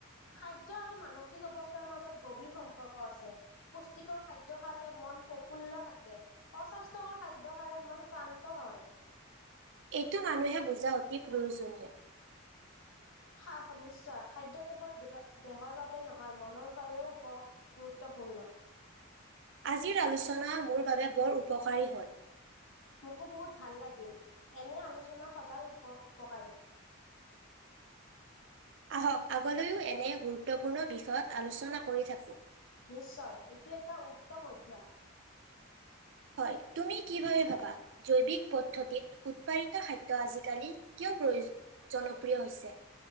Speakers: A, on the left; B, on the right.
A: খাদ্য আৰু মানসিক অৱস্থাৰ মাজত গভীৰ সম্পৰ্ক আছে। পুষ্টিকৰ খাদ্য খালে মন প্ৰফুল্ল থাকে। অস্বাস্থ্যকৰ খাদ্য খালে মন ক্লান্ত হয়।
B: এইটো মানুহে বুজা অতি প্ৰয়োজনীয়।
A: সা নিশ্চয়, খাদ্য কেৱল দে-দে-দেহৰ বাবে নহয় মনৰ বাবেও উপ গুৰুত্বপূৰ্ণ।
B: আজিৰ আলোচনা মোৰ বাবে বৰ উপকাৰী হ'ল।
A: মোকো বহুত ভাল লাগিল। এনে আলোচনা সদায় উপ উপকাৰী।
B: আহক আগলৈও এনে গুৰুত্বপূৰ্ণ বিষয়ত, আলোচনা কৰি থাকো।
A: নিশ্চয়, এইটো এটা উত্তম অভ্যয়াস।
B: হয় তুমি কি ভাবে ভাবা? জৈৱিক পদ্ধতিত উৎপাদিত খাদ্য আজিকালি কিয় প্ৰয়ো <inaudible> জনপ্ৰিয় হৈছে?